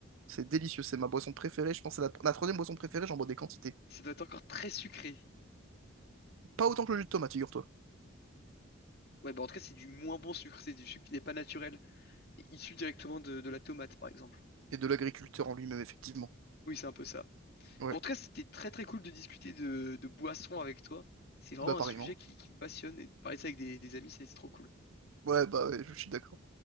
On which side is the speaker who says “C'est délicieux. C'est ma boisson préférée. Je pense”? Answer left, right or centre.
Right